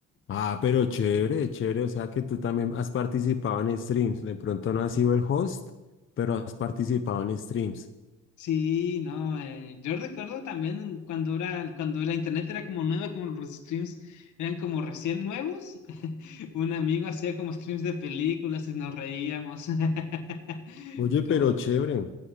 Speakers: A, on the left; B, on the left.
A: Ah, pero chévere, chévere. O sea que tú también has participado en streams. De pronto no has sido el host, pero has participado en streams.
B: Sí, no, eh, yo recuerdo también cuando era, cuando la internet era como nueva, como los streams eran como recién nuevos, <laughs> un amigo hacía como streams de películas y nos reíamos. <laughs>
A: Oye, pero
B: Como,
A: chévere,